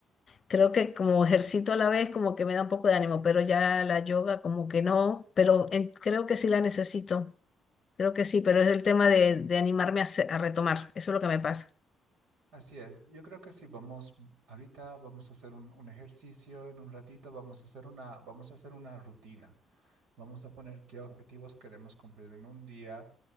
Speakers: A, on the left; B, on the right.
A: Creo que como ejercito a la vez como que me da un poco de ánimo, pero ya la yoga como que no, pero en- creo que sí la necesito, creo que sí, pero es el tema de, de animarme a, hacer- a retomar, eso es lo que me pasa.
B: Así es, yo creo que sí, vamos, ahorita vamos a hacer un, un ejercicio, en un ratito vamos a hacer una, vamos a hacer una rutina. Vamos a poner qué objetivos queremos cumplir en un día